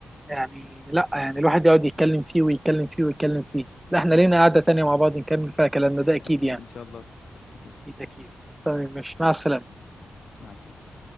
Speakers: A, on the right; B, on the left.
A: يعني لا يعني الواحد يقعد يتكلم فيه ويتكلم فيه ويتكلم فيه لا احنا لينا قعدة تانية مع بعض نكمل فيها كلامنا
B: <laughs>
A: ده اكيد
B: اكيد
A: يعني
B: ان شاء الله اكيد
A: اكيد اكيد طيب مش مع السلامة
B: مع السلامه